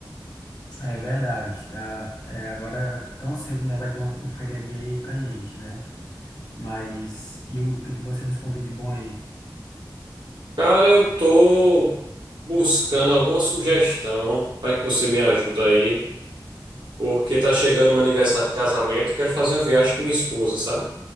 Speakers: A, on the left (about 60°); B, on the right (about 80°).
A: É verdade, tá? É, agora tão cedo, né? Vai ter um, um feriadinho aí pra gente, né? Mas e o que que você nos conta de bom aí?
B: Cara, eu tô buscando alguma sugestão. Vai que você me ajuda aí. Porque tá chegando meu aniversário de casamento. Quero fazer uma viagem com minha esposa, sabe?